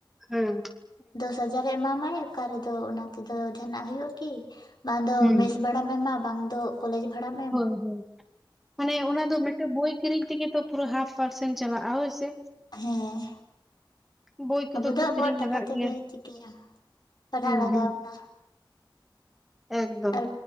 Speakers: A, in the centre; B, on the left.
A: ᱦᱩᱸ ᱦᱩᱸ
B: ᱫᱚᱥ ᱦᱟᱡᱟᱨᱮ ᱮᱢᱟᱢᱟᱭ ᱚᱠᱟ ᱨᱮᱫᱚ ᱚᱱᱟ ᱛᱮᱫᱚ ᱡᱟᱦᱟᱱᱟᱜ ᱦᱩᱭᱩᱜᱼᱟ ᱠᱤ, ᱵᱟᱝ ᱫᱚ
A: ᱦᱩᱸ
B: ᱢᱮᱥ ᱵᱷᱟᱲᱟᱢ ᱮᱢᱟ ᱵᱟᱝ ᱫᱚ ᱠᱚᱞᱮᱡᱽ ᱵᱷᱟᱲᱟᱢ ᱮᱢ
A: ᱦᱳᱭ
B: ᱾
A: ᱦᱳᱭ ᱢᱟᱱᱮ ᱚᱱᱟ ᱫᱚ ᱢᱤᱫᱴᱮᱝ ᱵᱳᱭ ᱠᱤᱨᱤᱧ ᱛᱮᱜᱮ ᱛᱚ ᱯᱩᱨᱟᱹ ᱦᱟᱯ ᱯᱟᱨᱥᱮᱱ ᱪᱟᱞᱟᱜᱼᱟ ᱦᱳᱭ ᱥᱮ᱾
B: ᱦᱮᱸ
A: ᱵᱳᱭ ᱠᱚᱫᱚ
B: ᱟᱵᱚ ᱫᱚ
A: ᱛᱚ
B: ᱟᱵᱚᱣᱟᱜ
A: ᱠᱤᱨᱤᱧ
B: ᱴᱟᱠᱟ
A: ᱞᱟᱜᱟᱜ
B: ᱛᱮᱜᱮ
A: ᱜᱮᱭᱟ
B: ᱪᱤᱠᱟᱹᱭᱟᱢ
A: ᱾
B: ᱯᱟᱲᱦᱟᱜ
A: ᱦᱩᱸ
B: ᱞᱟᱜᱟᱣ
A: ᱦᱩᱸ,
B: ᱵᱚᱱᱟ
A: ᱮᱜᱽᱫᱚᱢ
B: ᱟᱨ